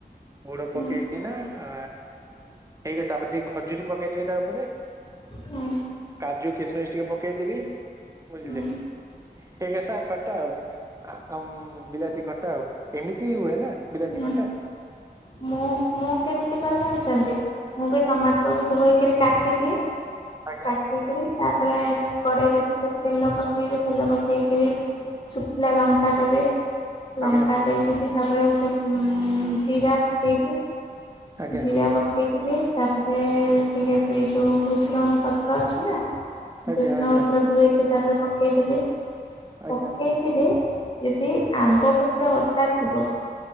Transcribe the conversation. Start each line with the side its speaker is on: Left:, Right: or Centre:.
Right: ଗୋଡ ପକେଇକି
Left: ହୁଁ,
Right: ନା ହ ହଇଗ ତାପ <inaudible> ଟିକ ଖଜୁରୀ ପକେଇଦେ ତା ଉପରେ
Left: ହୁଁ,
Right: କାଜୁ କିସମିଶ ଟିକେ ପକେଇଦେବି ବୁଝିଲେ।
Left: ହୁଁ,
Right: ହେ ଖଟା ଆଉ ଆଉ ବିଲାତି ଖଟା ଆଉ ଏମିତି ହୁଏ ନା ବିଲାତି
Left: ହୁଁ।
Right: ଘଟା
Left: ମୁଁ ମୁଁ କେମିତି କରେ ଜାଣିଛନ୍ତି ମୁଁ ବି ଟମାଟରକୁୁ ଧୋଇକ କାଟିଦିଏ
Right: ଆଜ୍ଞା
Left: କାଟିକରି ତାପରେ କଡେଇ ଟା ଟିକେ ତେଲ ପକେଇବି ତେଲ ପକେଇକରି ଶୁଖିଲା ଲଙ୍କା ଦେବି
Right: ଆଜ୍ଞା
Left: ଲଙ୍କା। ତାପରେ ସେ ଜିରା ପକେଇବି
Right: ଆଜ୍ଞା
Left: ଜିରା ପକେଇ ତାପରେ ଟିକେ ଯୋଉ ଭୁଷ ରଙ୍ଗ ପତ୍ର ଅଛି ନା
Right: ଆଜ୍ଞା
Left: ଦୁସରା
Right: ଆଜ୍ଞା
Left: ମତ ଧୋଇଇ ତାପରେ ପକେଇଦେବି।
Right: ଆଜ୍ଞା
Left: ପକେଇଥିଲେ? ଯଦି ଆମ୍ବ <inaudible> <unintelligible>